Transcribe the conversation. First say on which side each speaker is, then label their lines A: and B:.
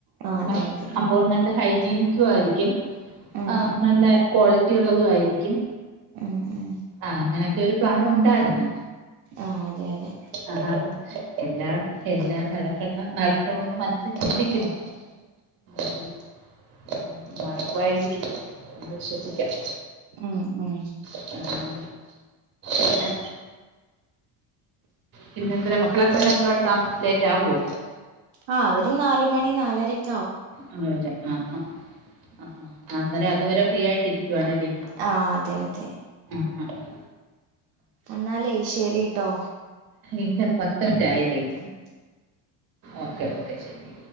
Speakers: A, on the right; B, on the right.
A: ആഹ്
B: മ്മ
A: അതെ അതെ
B: അപ്പൊ നല്ല ഹൈജീനിക്കു ആയിരിക്കും
A: ഉം
B: ആഹ് നല്ല ക്വാളിറ്റി ഉള്ളതും ആയിരിക്കും
A: ഉം ഉം ഉം
B: ആഹ് അങ്ങനെയൊക്കെ ഒരു പ്ലാനുണ്ടായിരുന്ന്
A: ആഹ് അതെ അതെ
B: ആഹ് ആഹ് അഹ് എല്ലാം എല്ലാം നടക്കണം നടക്കണോന്ന് മനസ്സിൽ ചിന്തിക്കുന്നു ഉം ഉം നടക്കായിരിക്കും എന്ന് വിശ്വസിക്കാം
A: ഉം ഉം
B: ആഹ് പിന്നെ പിന്നെന്ത മക്കളൊക്കെ വരാ ഒരുപാട് താമ ലേറ്റ് ആവോ
A: ആഹ് അവര് നാല മണി നാലരക്കേ
B: ആഹ് വരാ ആഹ് ആഹ് ആഹ് അന്നേരം അതുവരെ ഫ്രീ ആയിട്ട് ഇരിക്കുവാണല്ലേ
A: ആഹ് അതെ അതെ
B: ആഹ് അഹ്
A: എന്നാലേ ശെരിട്ടോ
B: ഇല്ല പത്ത് മിൻറ്റ് ആയല്ലേ
A: ഉ <inaudible>
B: ഓക്കെ ഓക്കെ ശരി